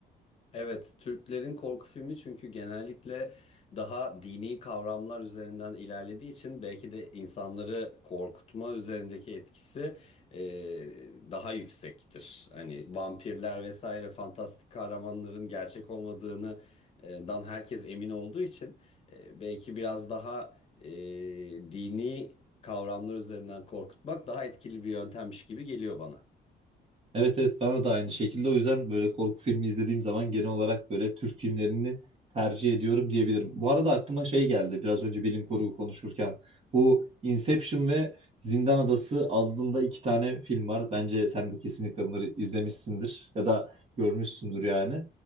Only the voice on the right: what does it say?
Evet evet bana da aynı şekilde. O yüzden böyle korku filmi izlediğim zaman genel olarak böyle Türk filmlerini tercih ediyorum diyebilirim. Bu arada aklıma şey geldi biraz önce bilim kurgu konuşurken. Bu Inception ve Zindan Adası adında iki tane film var. Bence sen de kesinlikle bunları izlemişsindir ya da görmüşsündür yani.